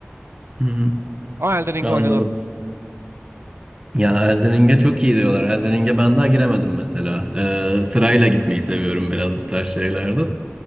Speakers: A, on the right; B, on the right.
A: Hı hı.
B: Ama Elden Ring'i
A: Anladım.
B: oynadım.
A: Ya Elden Ring'e çok iyi diyorlar. Elden Ring'e ben daha giremedim mesela. Ee, sırayla gitmeyi seviyorum biraz bu tarz şeylerde.